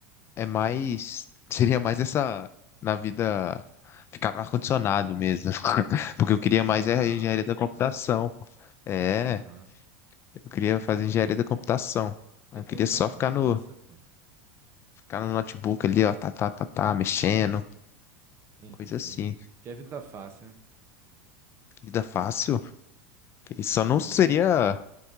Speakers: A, on the left; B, on the right.
A: é mais. Seria mais essa. Na vida. Ficar no ar-condicionado mesmo. <laughs> Porque eu queria mais
B: Ah,
A: é a engenharia da
B: não,
A: computação.
B: pô.
A: É,
B: Aham.
A: eu queria fazer engenharia da computação. Eu
B: Tem
A: queria
B: que colocar
A: só
B: a mão
A: ficar
B: na
A: no,
B: massa, pô.
A: ficar no notebook ali, ó, tá, tá, tá, tá, mexendo,
B: Entendi.
A: coisa assim.
B: Que é vida fácil, né?
A: Vida fácil. E só não
B: Aham.
A: seria,